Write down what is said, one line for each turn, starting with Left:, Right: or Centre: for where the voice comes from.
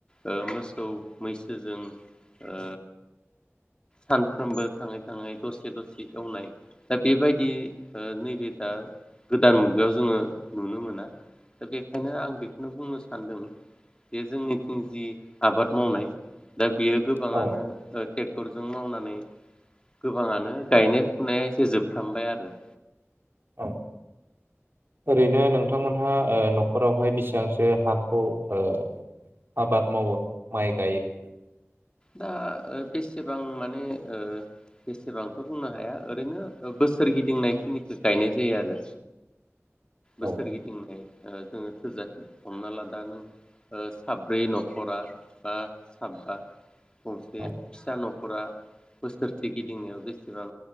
Left: ओ मोसौ मैसोजों ओ सानफ्रोमबो थाङै थाङै दसे दसे एवनाय दा बेबायदि ओ नैबे दा गोदान मुगायाव जोङो नुनो मोना दा बेखायनो आं बेखौनो बुंनो सानदों जे जोंनिथिं जि आबाद मावनाय दा बियो गोबाङानोे
Right: औ
Left: ओ टे जों मावनानै गोबाङानो गायनाय फुनाया एसे जोबफ्रामबाय आरो
Right: औ ओरैनो नों थांमोनहा ओ न'खरावहाय बेसिबांसो हाखौ ओ आबाद मावो माइ गायो
Left: दा ओ बेसेबां माने ओ बेसेबांथ' बुंनो हाया ओरैनो बोसोर गिदिंनाय खिनिखौ गायनाय जायो आरो
Right: औ
Left: बोसोर गिदिंनाय ओ जोङो थोजासे हमना ला दा नों ओ साब्रै न'खरा बा साबा गंसे
Right: औ
Left: फिसा न'खरा बोसोरसे गिदिंनायाव बेसेबां